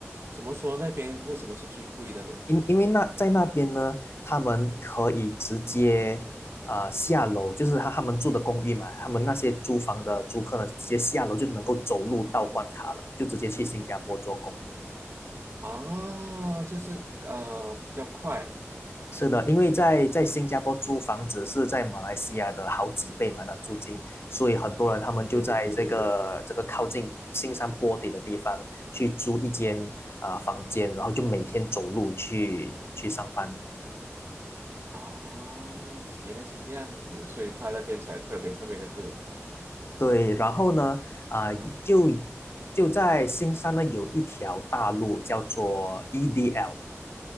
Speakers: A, on the right (about 55°); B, on the left (about 55°).
A: 怎么说那边为什么是最贵的呢？
B: 因因为那在那边呢，他们可以直接呃下楼，就是他他们住的公寓嘛，他们那些租房的租客呢，直接下楼就能够走路到关卡了，就直接去新加坡做工。
A: 啊，就是呃比较快。
B: 是的，因为在在新加坡租房子是在马来西亚的好几倍嘛，那租金，所以很多人他们就在这个这个靠近新山坡底的地方去租一间啊、
A: 对对对对，
B: 房间，然后就每天走路去去上班。
A: 哦，原来是这样子，所以它那边才特别特别的贵。
B: 对，然后呢，啊、就就在新山呢有一条大路叫做 EDL，